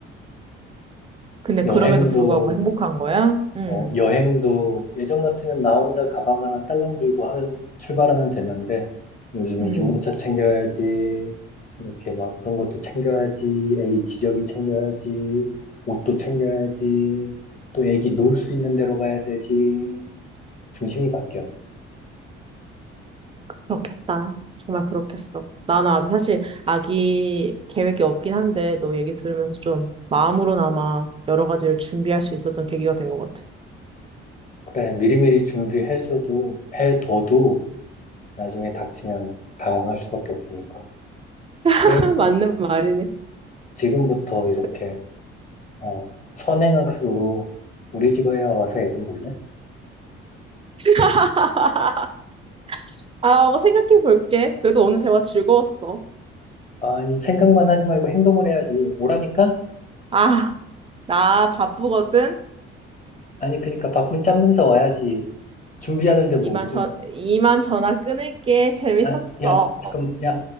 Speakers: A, on the right (about 20°); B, on the left (about 25°).
A: 근데 그럼에도
B: 여행도
A: 불구하고 행복한 거야? 음.
B: 어, 여행도 예전 같으면 나 혼자 가방 하나 딸랑 들고 하면 출발하면 됐는데 요즘은
A: 음.
B: 유모차 챙겨야지 이렇게 막 그런 것도 챙겨야지 애기 기저귀 챙겨야지 옷도 챙겨야지 또 애기 놀 수 있는 데로 가야 되지 중심이 바뀌어.
A: 그렇겠다. 정말 그렇겠어. 나는 아직 사실 아기 계획이 없긴 한데 너 얘기 들으면서 좀 마음으로나마 여러 가지를 준비할 수 있었던 계기가 된 것 같아.
B: 그래 미리미리 준비해줘도 해둬도 나중에 닥치면 당황할 수밖에 없으니까.
A: <laughs>
B: 그래도
A: 맞는 말이네.
B: 지금부터 이렇게
A: 그-
B: 어, 선행학습으로 우리 집에 와서 애 좀 볼래?
A: <laughs> 아, 뭐 생각해 볼게. 그래도 오늘 대화 즐거웠어.
B: 아니, 생각만 하지 말고 행동을 해야지. 오라니까?
A: 아, 나 바쁘거든.
B: 아니, 그니까 바쁜 짬 냄새 와야지. 준비하는데 뭐,
A: 이만
B: 그럼,
A: 전, 이만 전화 끊을게. 재밌었어.
B: 아, 야, 잠깐, 야,